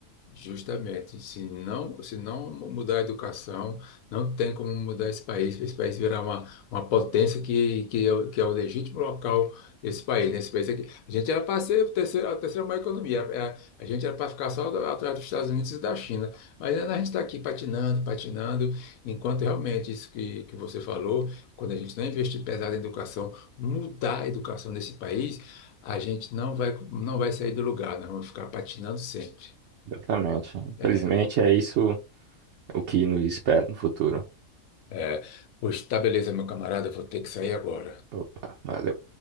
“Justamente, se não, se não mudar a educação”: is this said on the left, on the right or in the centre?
Left